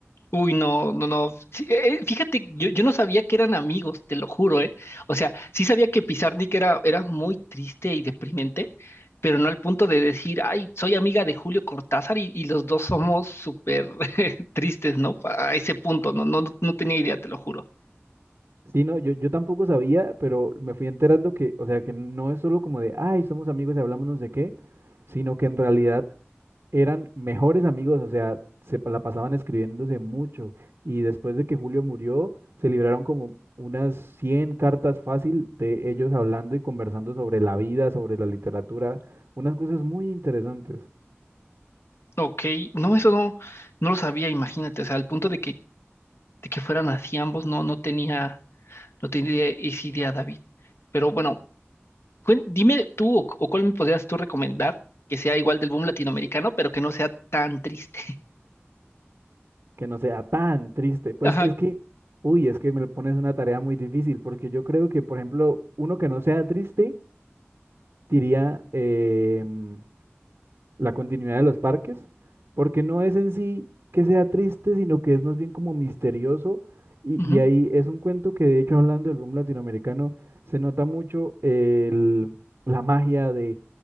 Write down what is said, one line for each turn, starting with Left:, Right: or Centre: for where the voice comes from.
Left: Uy, no, no, no. Sí, eh, eh, fíjate, yo, yo no sabía que eran amigos, te lo juro, ¿eh? O sea, sí sabía que Pizarnik era, era muy triste y deprimente, pero no al punto de decir, ay, soy amiga de Julio Cortázar y, y los dos somos súper <laughs> tristes, ¿no? A ese punto, no, no, no tenía idea, te lo juro.
Right: Sí, no, yo, yo tampoco sabía, pero me fui enterando que, o sea, que no es solo como de, ay, somos amigos y hablamos no sé qué, sino que en realidad eran mejores amigos, o sea, se pa- la pasaban escribiéndose mucho y después de que Julio murió, se libraron como unas 100 cartas fácil de ellos hablando y conversando sobre la vida, sobre la literatura, unas cosas muy interesantes,
Left: Ok, no, eso no, no lo sabía, imagínate, o sea, al punto de que, de que fueran así ambos, no, no tenía, no tenía esa idea, David. Pero bueno, cuen- dime tú o, o cuál me podrías tú recomendar que sea igual del boom latinoamericano, pero que no sea tan triste.
Right: que no sea tan triste. Pues
Left: <laughs> Ajá.
Right: es que, uy, es que me lo pones una tarea muy difícil, porque yo creo que, por ejemplo, uno que no sea triste diría, em, la continuidad de los parques, porque no es en sí que sea triste, sino que es más bien como misterioso. Y,
Left: ujú.
Right: y ahí es un cuento que, de hecho, hablando del boom latinoamericano, se nota mucho el- la magia de,